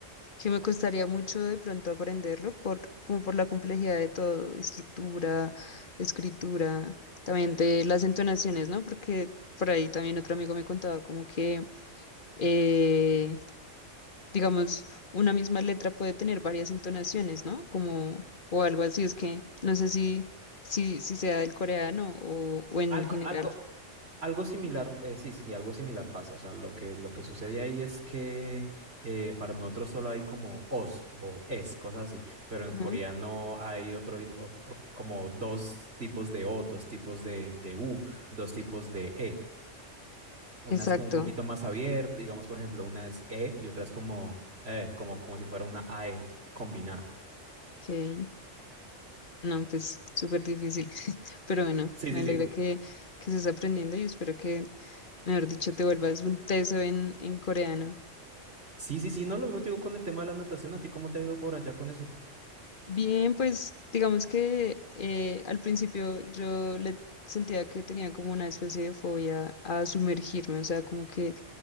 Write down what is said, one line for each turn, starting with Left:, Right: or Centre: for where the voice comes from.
Left: que me costaría mucho de pronto aprenderlo por, como por la complejidad de todo, estructura, escritura, también de las entonaciones, ¿no? Porque por ahí también otro amigo me contaba como que eh, digamos, una misma letra puede tener varias entonaciones, ¿no? Como, o algo así, es que no sé si, si, si sea del coreano o, o en
Right: algo,
Left: general.
Right: algo. Algo similar, eh, sí, sí, sí, algo similar pasa. O sea, lo que, lo que sucede ahí es que eh, para nosotros solo hay como os o es, cosas así, pero en
Left: Ujú,
Right: coreano hay otro, i- ot- ot- como dos tipos de o, dos tipos de, de u, dos tipos de e. Una
Left: Exacto.
Right: es como un poquito más abierta, digamos, por ejemplo, una es e y otra es como, eh, como, como si fuera una ae combinada.
Left: ok. No, pues súper difícil. <laughs> Pero bueno,
Right: Sí,
Left: me
Right: sí,
Left: alegra
Right: sí.
Left: que, que estés aprendiendo y espero que, mejor dicho, te vuelvas un teso en, en coreano.
Right: Sí, sí, sí, no, lo mismo te digo con el tema de la natación. ¿A ti cómo te digo por allá con eso?
Left: Bien, pues digamos que eh, al principio yo le sentía que tenía como una especie de fobia a sumergirme, o sea, como que